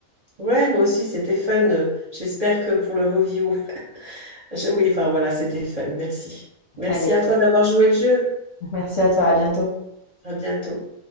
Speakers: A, on the right; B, on the left.
A: Ouais, moi aussi, c'était fun. J'espère que pour le review. <laughs> je- Oui, enfin voilà, c'était fun. Merci. Merci
B: Allez,
A: à toi d'avoir joué le jeu.
B: merci à toi, à bientôt.
A: À bientôt.